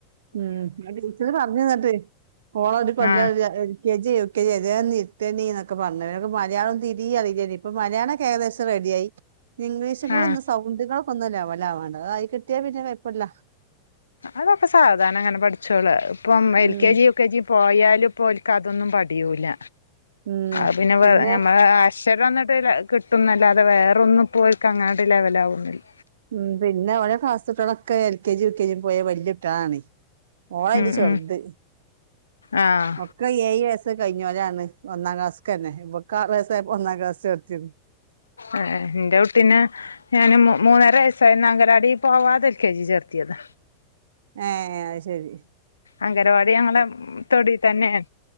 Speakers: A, on the right (about 60°); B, on the left (about 75°).
A: ഉം ടീച്ചർ പർഞ്ഞ്ന്നട്ടേ ഓളേ ഒരു കൊല്ലം
B: ആഹ്
A: A L G U K J ഏതേന്ന് ഇർ ത്തിയേണ്ടിന്നൊക്കെ പർഞ്ഞ് ഓക്ക് മലിയാളം തീരീം അറയില്ലേനി ഇപ്പൊ മലിയാളംക്കെ ഏകദേശം റെഡിആയി ഇംഗ്ലീഷ്കൂടൊന്ന്
B: ആഹ്
A: സൗണ്ട്കൾ ഒന്ന് ലവലാവാണ്ട് അത്‌ ആയി കിട്ടിയാപിന്നെ കൊയ്പ്പല്ല.
B: അതൊക്കെ സാവധാനങ്ങനെ പഠിച്ചോളു ഇപ്പം എൽ
A: ഉം
B: K G U K G പോയാലു പോൽക്ക അതൊന്നും പടിയൂല
A: ഉം
B: അപിന്നെ പേ
A: പിന്നെ
B: നമ്മ അക്ഷരൊന്ന് <unintelligible> കിട്ടുന്നല്ലാതെ വേറൊന്നുംപോൽക്ക് അങ്ങനാണ്ട് ലെവലവൊന്നുല്ല.
A: ഉം പിന്നെ ഓലെ ക്ലാസ്സ്‌ത്തെ ട്ടിയാളൊക്കെ L K G U K G പോയ വല്ല്യട്ടാളാണേ ഓളയില്
B: ഉം
A: ചെർത്
B: ഉം ആഹ്
A: ഒക്കെ ഏഴ് വയ് കയ്ഞ്ഞോലാണ് ഒന്നാം ക്ലാസ്ക്കന്നെ ഇവക്കാറയ്സായപ്പോ ഒന്നാം ക്ലാസ് ചേർത്തിയത്.
B: എ ഏ ന്റെ കുട്ടീനേ ഞാന് മൂ മൂന്നര വയസ്സായന്ന് അങ്കലാടി പോവാതെ എൽ കെ ജി ചേർത്തിയത്
A: ഏ അയ് ശെരി
B: അംഗനവാടി ഞങ്ങളെ തൊടീതന്നെണ്.